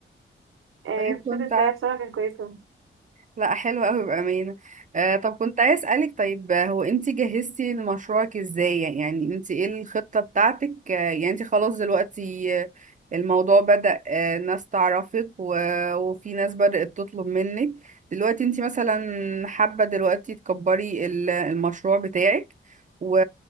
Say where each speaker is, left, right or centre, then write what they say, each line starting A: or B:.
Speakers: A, on the right (about 75°); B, on the right (about 35°).
A: إيه
B: طيب
A: في شركة
B: كنت
A: داعية بصراحة كانت كويسة
B: لا حلو قوي بأمانة آه طب كنت عايز أسألك طيب آه، هو انت جهزتي لمشروعك ازاي يعني انت ايه الخطة بتاعتك آه يعني انت خلاص دلوقتي آه، الموضوع بدأ آه ناس تعرفك و... وفي ناس بدأت تطلب منك دلوقتي انت مثلا حابة دلوقتي تكبري ال- المشروع بتاعك و...